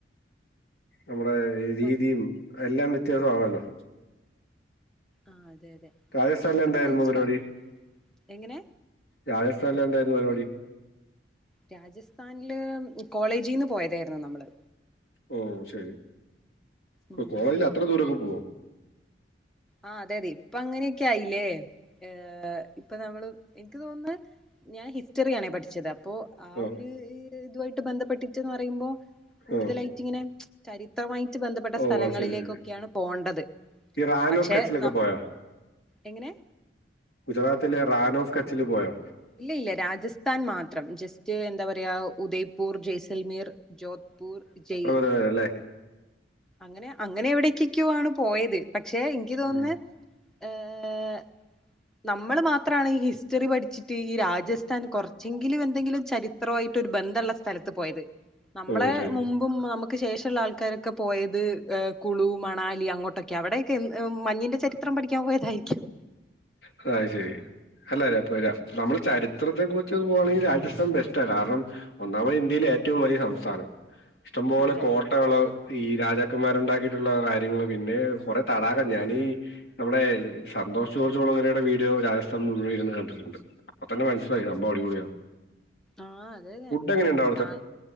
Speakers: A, on the left; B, in the centre.
A: നമ്മുടെ
B: അപ്പൊ
A: രീതിയും എല്ലാം വ്യത്യാസം ആണല്ലോ
B: ആഹ് അതെ അതെ
A: രാജസ്ഥാനിലെന്തായ്രുന്നു
B: പെട്ടെന്ന് മനസ്സിലാവും
A: പരിപാടി?
B: എങ്ങനെ
A: രാജസ്ഥാനിലെന്തായ്രുന്നു പരിപാടി?
B: രാജസ്ഥാൻല് കോളേജീന്ന് പോയതേര്ന്നു നമ്മള്
A: ഓഹ് ശരി. കൊ
B: ഉം
A: കോളേജില്
B: അങ്ങനെ
A: അത്ര ദൂരൊക്കെ പോവോ?
B: ആഹ് അതെയതെ. ഇപ്പങ്ങനെയൊക്കായില്ലേ. ഏഹ് ഇപ്പം നമ്മള് എനിക്ക് തോന്നുന്ന് ഞാ ഹിസ്റ്ററിയാണേ പഠിച്ചത് അപ്പോ ആ
A: ആഹ്
B: ഒര് ഹ് ഹ് ഇതുവായ്ട്ട് ബന്ധപ്പെട്ടിട്ട് ന്ന് പറയുമ്പോ കൂടുതലായ്റ്റിങ്ങനെ
A: ആഹ്
B: ചരിത്രമായിറ്റ് ബന്ധപ്പെട്ട
A: ഓ
B: സ്ഥലങ്ങളിലേക്കൊക്കെയാണ്
A: ശരി ശരി
B: പോണ്ടത്
A: ഈ റാൻ
B: പക്ഷേ
A: ഓഫ് കച്ചിലൊക്കെ
B: ന
A: പോയോ
B: എങ്ങനെ
A: ഗുജറാത്തിലെ റാനോഫ് കച്ചില് പോയോ
B: ഇല്ല ഇല്ല രാജസ്ഥാൻ മാത്രം ജസ്റ്റ് എന്താ പറയാ ഉദയ്പൂർ ജയ്സൽമീർ ജോധ്പൂർ ജയ്
A: <unintelligible> ല്ലേ
B: അങ്ങനെ അങ്ങനെ എവിടെകെക്കോ ആണ് പോയത് പക്ഷെ ഇൻക്ക് തോന്ന്ന്ന്
A: ഉം.
B: ഏഹ് നമ്മള് മാത്രാണ് ഈ ഹിസ്റ്ററി പഠിച്ചിട്ട് ഈ രാജസ്ഥാൻ കൊർച്ചെങ്കിലു എന്തെങ്കിലു ചരി ത്രോ ആയിട്ടൊരു ബന്ധള്ള സ്ഥലത്ത് പോയത് നമ്മളെ
A: ഓ ശരി
B: മുമ്പും മമ്മക്ക് ശേഷള്ള ആൾക്കാരൊക്കെ പോയത് എഹ് കുളു മണാലി അങ്ങോട്ടൊക്ക്യാ. അവിടെ ഒക്കെ എൻ ഉം മഞ്ഞിന്റെ ചരിത്രം പഠിക്ക്യാൻ പോയതായിരിക്കും
A: ഹൊ അഹ്ശരി അല്ല ഞാപ്പ വരാം നമ്മള് ചരിത്രത്തെ കുറിച്ച് പോവാണെങ്കി രാജസ്ഥാൻ ബെസ്റ്റാ കാരണം ഒന്നാമത് ഇന്ത്യയിലേറ്റവും വലിയ സംസ്ഥാനം ഇഷ്ടംപോലെ
B: അതെ
A: കോ ട്ടകൾ ഈ രാജാക്കമ്മാരുണ്ടാക്കീട്ടുള്ള കാര്യങ്ങള് പിന്നെ കൊറെ തടാകം ഞാനീ നമ്മുടേ സന്തോഷ് ജോർജ് കുളങ്ങരയുടെ വീഡിയോ രാജസ്ഥാൻ മുഴുവൻ ഇര്ന്ന് കണ്ടിട്ട്ണ്ട് അപ്പ തന്നെ മൻസ്‌ലായി സംഭവം അടിപൊളിയാണ്
B: ആഹ് അതെന്നെ.
A: ഫുഡ് എങ്ങനെയുണ്ട്
B: കാൺ